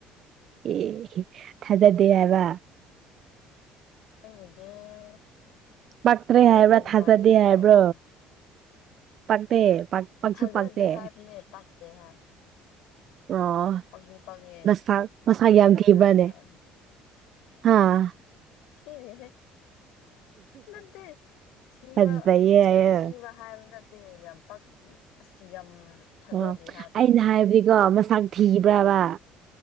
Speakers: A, on the right; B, on the left.
A: ꯑꯦ ꯊꯥꯖꯗꯦ ꯍꯥꯏꯕ
B: <unintelligible>
A: ꯄꯥꯛꯇ꯭ꯔꯦ
B: ꯊꯥꯖꯗꯦ
A: ꯍꯥꯏꯕ꯭ꯔꯥ
B: ꯅꯕꯥꯅꯤ
A: ꯊꯥꯖꯗꯦ
B: ꯑꯗꯨꯝ
A: ꯍꯥꯏꯕ꯭ꯔꯣ
B: ꯇꯧꯕꯗꯣ
A: ꯄꯠꯇꯦ ꯄꯛꯁꯨ
B: ꯊꯥꯖꯗꯦ
A: ꯄꯇꯦ
B: ꯍꯥꯏꯕꯅꯦ ꯄꯛꯇꯦ ꯍꯥꯏ
A: ꯑꯣ
B: ꯄꯛꯇꯤ ꯄꯛꯉꯦ
A: ꯅꯁꯥ ꯃꯁꯥꯒ ꯌꯥꯝ
B: ꯊꯥꯖꯗꯦ
A: ꯊꯤꯕ꯭ꯔꯅꯦ
B: ꯍꯥꯏꯕꯅꯤ
A: ꯍꯥꯥ
B: ꯊꯤꯗꯦ ꯍꯦ ꯅꯠꯇꯦ ꯊꯤꯕ
A: ꯐꯖꯩꯌꯦ ꯍꯥꯏꯌꯦ
B: ꯊꯤꯕ ꯍꯥꯏꯕ ꯅꯠꯇꯦ ꯌꯥꯝ ꯄꯛ ꯑꯁ ꯌꯥꯝ ꯊꯥꯖꯗꯦ
A: ꯑꯣ
B: ꯍꯥꯏꯕꯅꯤꯗ
A: ꯑꯩꯅ ꯍꯥꯏꯕꯗꯤꯀꯣ ꯃꯁꯥꯛ ꯊꯤꯕ꯭ꯔꯕꯥ